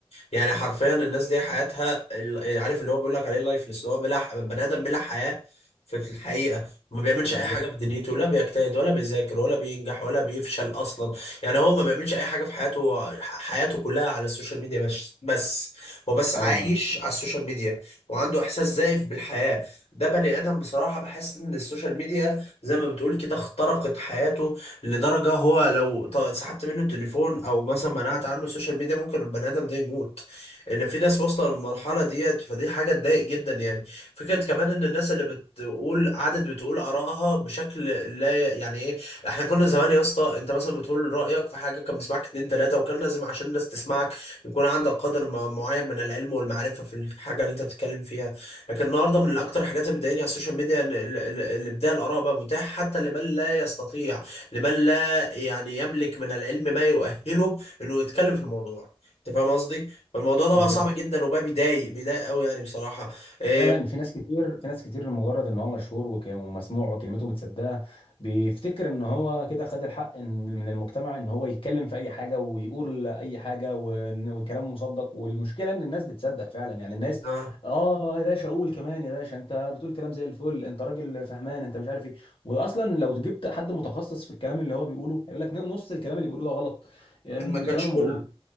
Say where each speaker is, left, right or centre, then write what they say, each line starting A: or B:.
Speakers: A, on the left; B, on the left.
A: يعني حرفيا الناس دي حياتها ال- عارف اللي هو بيقول لك عليه لايفلس اللي هو بلا بني ادم بلا حياه في في الحقيقه ما بيعملش
B: بالظبط
A: اي حاجه في دنيته لا بيجتهد ولا بيذاكر ولا بينجح ولا بيفشل اصلا يعني هو ما بيعملش اي حاجه في حياته هو حياته كلها على السوشيال ميديا بس بس هو بس
B: ايوه
A: عايش على السوشيال ميديا وعنده احساس زائف بالحياه ده بني ادم بصراحه بحس ان السوشيال ميديا زي ما بتقول كده اخترقت حياته لدرجة هو لو ط- سحبت منه التليفون أو مثلا منعت عنه السوشيال ميديا ممكن البني آدم ده يموت ان في ناس واصله للمرحله ديت فدي حاجه تضايق جدا يعني فكره كمان ان الناس اللي بتقول قعدت بتقول ارائها بشكل لا ي- يعني ايه احنا كنا زمان يا اسطى انت مثلا بتقول رايك في حاجه كان بيسمعك اتنين تلاته وكان لازم عشان الناس تسمعك يكون عندك قدر ما- معين من العلم والمعرفه في الحاجه اللي انت بتتكلم فيها لكن النهارده من اكتر الحاجات اللي بتضايقني على السوشيال ميديا ان ال- ال- الابداع الاراء بقى متاح حتى لمن لا يستطيع لمن لا يعني يملك من العلم ما يؤهله انه يتكلم في الموضوع انت فاهم قصدي؟ فالموضوع ده
B: بالظبط
A: بقى صعب جدا وبقى بيضايق بيضايق قوي يعني بصراحة إيه
B: فعلا في ناس كتير في ناس كتير لمجرد ان هو مشهور وك- ومسموع وكلمته متسدها بيفتكر ان هو كده خد الحق إن- من المجتمع ان هو يتكلم في اي حاجه ويقول اي حاجه وإن- والكلام مصدق والمشكله ان الناس بتصدق فعلا يعني الناس
A: آه
B: اه يا باشا قول كمان يا باشا انت بتقول كلام زي الفل انت راجل فهمان انت مش عارف ايه واصلا لو جبت حد متخصص في الكلام اللي هو بيقوله هيقول لك نص الكلام اللي بيقوله ده غلط يعني
A: ما كانش
B: كلامه
A: كله
B: مغلوط